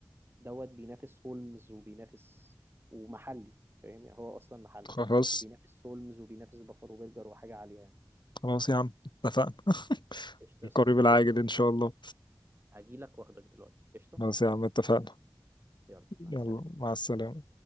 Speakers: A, on the right; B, on the left.
A: دوت بينافس هولمز وبينافس ومحلي فاهم يعني هو اصلا محلي
B: خلاص
A: وبينافس هولمز وبينافس بافالو برجر وحاجه عاليه يعني
B: خلاص يا عم اتفقنا <laughs>
A: قشطه
B: القريب
A: يا صديقي
B: العاجل
A: يلا
B: ان شاء الله
A: هجيلك واخدك دلوقتي قشطه
B: خلاص يا عم اتفقنا
A: يلا مع
B: يلا
A: السلامه
B: مع السلامه